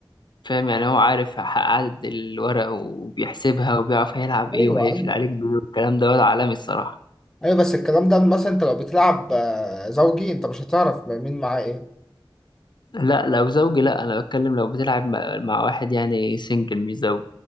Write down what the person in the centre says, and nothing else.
ايوه
ايوه
ايوه بس الكلام ده مثلا انت لو بتلعب آه، زوجي انت مش هتعرف مين معاه ايه